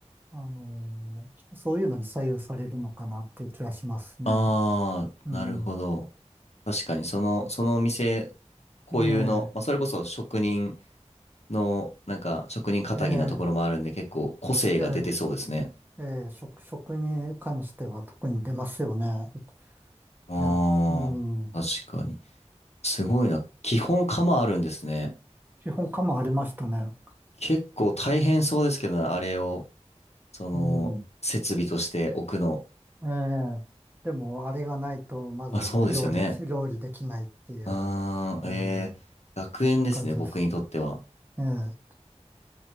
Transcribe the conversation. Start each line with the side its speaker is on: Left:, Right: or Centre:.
Right: あのーそういうのに左右されるのかなっていう気がしますね。
Left: あー、
Right: うん。
Left: なるほど。確かに、その、そのお店固有の、
Right: ね
Left: まあそれこそ職人の、なんか職人気質なところもあるんで、
Right: え、ええ、
Left: 結構個性が出てそうですね。
Right: ええ、ええ食、食に関しては特に出ますよね。
Left: あー、
Right: いや、うん、
Left: 確かに。すごいな。基本釜あるんですね。
Right: 基本かもありましたね。
Left: 結構大変そうですけどね、あれを、その、
Right: うん。
Left: 設備として置くの。
Right: ええ、でも、あれがないと、まず料理、
Left: あ、そうですよね。
Right: 料理できないっていう、
Left: あー、
Right: うん、
Left: えー、楽園ですね、
Right: 感じです。
Left: 僕にとっては。
Right: ええ、